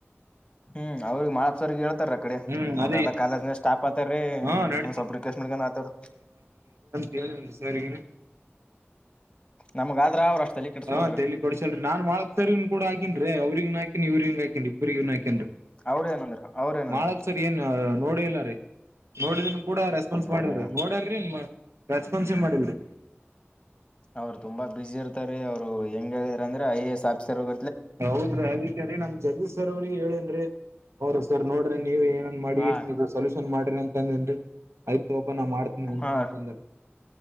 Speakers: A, on the left; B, on the right.
A: ಹ್ಮ್ ಅವ್ರಗ್ ಮಾಡಪ್ಸರ್ಗ್ ಹೇಳ್ತಾರ ಅ ಕಡೆ
B: ಹ್ಮ್ ಅದೇ
A: ಅವ್ರ ಎಲ್ಲಾ ಕಾಲೇಜ್ನ ಸ್ಟಾಫ್ ಆತಾರೀ
B: ಹಾ ನಡೀತ
A: ಒಂದ್ ಸ್ವಲ್ಪ್ ರಿಕ್ವೆಸ್ಟ್ನ್ ಆತವರು
B: ಕೆಳಂದು ಸರ್ ಗೆ
A: ನಮ್ಗ ಆದ್ರ ಅವ್ರ ಅಷ್ಟ್ ತಲಿ ಕೆಡ್ಸ್ಕೊಲ್ರಿ
B: ಹ ತಲಿ ಕೊಡ್ಸಲ್ರಿ ನಾನ್ ಮಾಡ ರಿ ಕೂಡ ಆಕೇನ್ರಿ ಅವ್ರರಿಗ ಹಾಕಿನಿ ಇ್ರರಿಗ ಹಾಕನ್ ರಿ ಇಬ್ರಗನ್ ಹಾಕೇನ್ರಿ
A: ಅವ್ರ ಏನಂದ್ರ ಅವ್ರ ಏನಂದ್ರ
B: ಮಾಳಪ್ ಸರ್ ಏನ್ ನೋಡ್ ನೋಲ್ಲ ರೀ ನೋಡಿದ ಕೂಡ ರೆಸ್ಪಾನ್ಸ್
A: ನೋಡಿ
B: ಮಾಡಿದ್ರಿ ನೋಡಾರ್ರಿ ನಿ ರಾಜಪನ್ಸಮ ಮಾಡಲ್ರಿ
A: ಅವ್ರು ತುಂಬಾ ಬಿಸಿ ಇರ್ತಾರೆ ರೀ ಅವರು ಹೆಂಗ ಆಗಿದಾರ ಅಂದ್ರ ಐ ಎಸ್ ಆಫೀಸರ್ೋಗ
B: ಹೌದ್ರಿ ಅದಕ್ಕೆ ರೀ ನಮ್ದ ಜದೀಶ್ ಸರ್ ಅವ್ರಿಗೆ ಹೇಳನ್ರಿ ಅವರು ಸರ್ ನೋಡ್ರೆ ನೀವ ಏ ಮಾಡಿಯ
A: ಹಾ
B: ಮಾಡ್ರಿ ಅಂತಂದೇನ್ರಿ ಆಯ್ತು ನಾ ಮಾಡ್ತೀನಿ ಅಂತಂತಂದ್ರೆ
A: ಹಾ